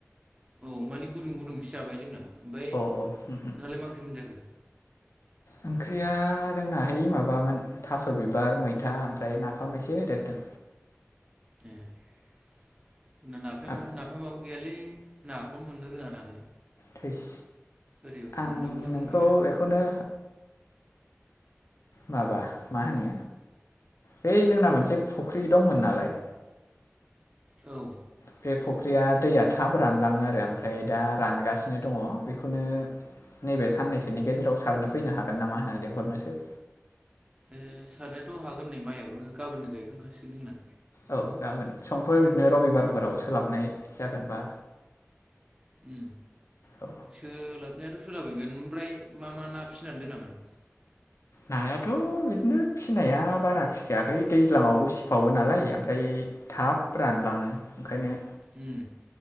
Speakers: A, on the right (about 20°); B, on the left (about 70°).
A: औ माने गुदुं गुदुंसो जाबाय जोंना। ओमफ्राय
B: अ अ
A: नोंहालाय मा ओंख्रै मोनजाखो?
B: ओंख्रिया जोंनाहाय माबामोन थास' बिबार मैथा ओमफ्राय नाफाम एसे होदेरदों।
A: ए नाफाम
B: ओ
A: नाफामाबो गैयालै नाखौनो मोननो रोङा नालाय।
B: थैस
A: ओरै हमनोबो
B: आं
A: सम
B: नोंखौ
A: गैया
B: इखौनो। माबा मा होनो बै जोंना मोनसे फुख्रि दंमोन नालाय।
A: औ
B: बे फुख्रिया दैया थाब रानलाङो आरो ओमफ्राय दा रानगासिनो दङ बेखौनो, नैबे साननैसोनि गेजेराव सारनो फैनो हागोन नामा होननानै लिंहरनोसो।
A: ए सारनायाथ' हागोन नै माइयाबो गामोननो गायखांखासिगोन जोंना।
B: औ गाबोन समफोर बिदिनो रबिबारफोराव सोलाबनाय जागोनबा
A: उम
B: औ
A: सोलाबनायाथ' सोलाबाहैगोन ओमफ्राय मा मा ना फिनानै दोनामोन?
B: नायाथ' बिदिनो फिनाया बारा फिखायाखै दैज्लाङावबो उसिफावो नालाय ओमफ्राय थाब रानलाङो ओंखायनो
A: उम